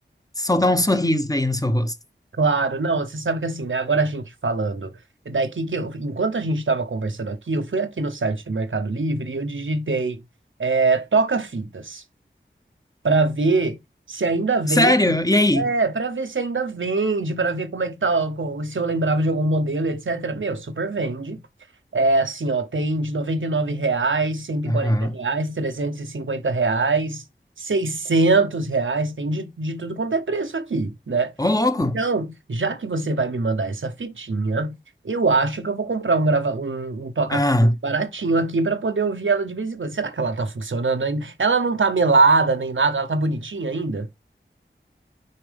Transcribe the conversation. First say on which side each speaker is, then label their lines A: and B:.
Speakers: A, on the left (about 20°); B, on the right (about 75°).
A: soltar um sorriso aí no seu rosto.
B: claro, não, você sabe que assim, né? Agora a gente falando. Daqui que eu, enquanto a gente estava conversando aqui, eu fui aqui no site do Mercado Livre e eu digitei é, toca-fitas. para ver se ainda vende.
A: Sério? E aí?
B: É, para ver se ainda vende, para ver como é que tá, o- se eu lembrava de algum modelo, etc. Meu, super vende. É assim, ó, tem de 99 reais, cento e
A: Aham.
B: quarenta reais, 350 reais, 600 reais, tem de, de tudo quanto é preço aqui, né?
A: Ô, louco.
B: Então, já que você vai me mandar essa fitinha, eu acho que eu vou comprar um, grava... um, um toca-fitas
A: Ah,
B: baratinho aqui para poder ouvir ela de vez em quando. Será que ela tá funcionando ainda? Ela não tá melada nem nada, ela tá bonitinha ainda?